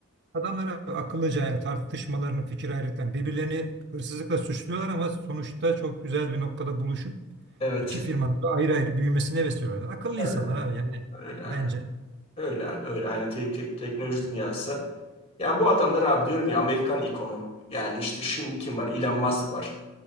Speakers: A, on the right; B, on the left.
A: Adamlar akıllıca yani tartışmalarını, fikir ayrılıklarını birbirlerini hırsızlıkla suçluyorlar ama sonuçta çok güzel bir noktada buluşup
B: Evet.
A: iki firmanın da ayrı ayrı büyümesine vesile oluyorlar. Akıllı
B: Tabii.
A: insanlar abi yani
B: Öyle abi.
A: bence.
B: Öyle abi. Öyle. Aynı tek, tek- teknoloji dünyası. Ya bu adamlar abi diyorum ya Amerikan ikonu. Yani işte şimdi kim var? Elon Musk var.